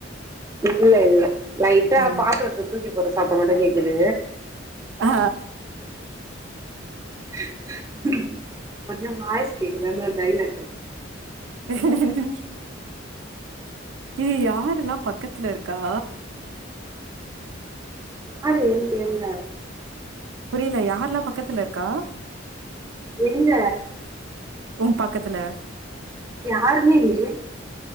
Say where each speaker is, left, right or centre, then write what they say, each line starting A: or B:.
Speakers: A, on the right; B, on the right.
A: இல்ல இல்ல லைட்டா
B: இல்ல
A: பாத்தரத்த
B: இல்ல
A: தூக்கி போட்ற சத்தோ மாட்டு கேக்குது
B: ஆ
A: இது ஒரு வாயஸ் கேக்குது ஒரு டைலாக
B: <unintelligible> ஏ யாருல்லா பக்கத்துல இருக்கா
A: யாரு எங்க
B: புரில யார்லா பக்கத்துல இருக்கா
A: எங்க
B: உ பக்கத்துல
A: யாருமே இல்லையே